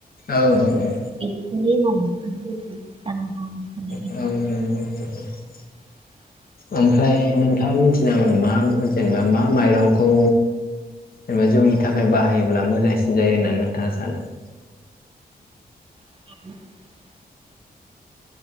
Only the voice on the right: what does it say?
<unintelligible>
<unintelligible>
<inaudible>